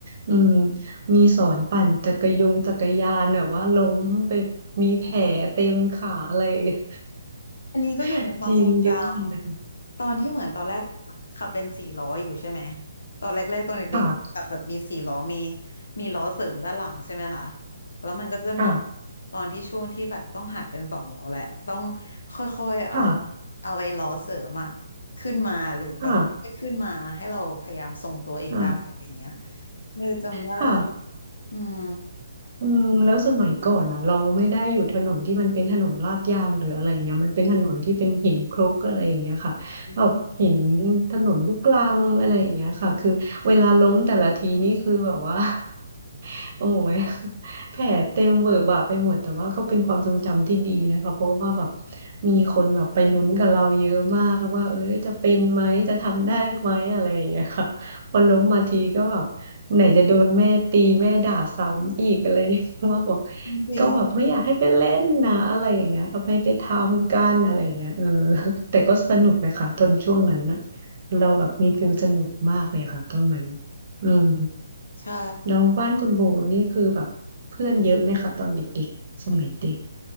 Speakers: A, on the right (about 45°); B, on the left (about 60°).
A: อืมมีสอนปั่นจักรยงจักรยานแบบว่าล้มไปมีแผลเต็มขาอะไรอย่างเงี้ย
B: อันนี้ก็อยู่ในความทรงจ
A: <laughs> จริงเยอะมากเลย
B: ำตอนที่เหมือนตอนแรกขับเป็นสี่ล้ออยู่ใช่ไหมตอนแรกๆตอนเด็กๆเราขับแบบมีสี่ล้อมี
A: ค่ะ
B: มีล้อเสริมด้านหลังใช่ไหมคะแล้วมันก็จะมี
A: ค่ะ
B: ตอนที่ช่วงที่แบบต้องหัดเป็นสองล้อแหละต้องค่อยๆเอา
A: ค่ะ
B: เอาไอ้ล้อเสริมอะขึ้นมาหรือแบบค่อยๆขึ้นมาให้เราพยายามทรงตัวเองได้อะไรอย่างเงี้ย
A: ค่ะค่ะ
B: เออจำได้
A: ค่ะ <laughs>
B: อืม
A: อืมแล้วสมัยก่อนนะเราไม่ได้อยู่ถนนที่มันเป็นถนนลาดยางหรืออะไรเงี้ยมันเป็นถนนที่เป็นหินคลุกอะไรอย่างเงี้ยค่ะแบบหิน
B: อืม
A: ถนนลูกรังอะไรอย่างเงี้ยค่ะคือเวลาล้มแต่ละทีนี่คือแบบว่า <laughs> โอ้ยแผลเต็มเวอะหวะไปหมดแต่ว่าก็เป็นความทรงจำที่ดีนะคะเพราะว่าแบบมีคนแบบไปลุ้นกับเราเยอะมากว่าเอ้ยจะเป็นไหมจะทำได้ไหมอะไรอย่างเงี้ยค่ะ พอล้มมาทีก็แบบไหนจะโดนแม่ตีแม่ด่าซ้ำอีกอะไร <laughs> ว่าบอก
B: จริง
A: ก็แบบไม่อยากให้ไปเล่นนะอะไรอย่างเงี้ยทำไมไปทำกันอะไรอย่างเงี้ยเออ <laughs> แต่ก็สนุกนะคะตอนช่วงนั้นนะเราแบบมีฟิลสนุกมากเลยค่ะตอนนั้นอืม
B: ใช่
A: แล้วบ้านคุณโบนี่คือแบบเพื่อนเยอะไหมคะตอนเด็กๆสมัยเด็ก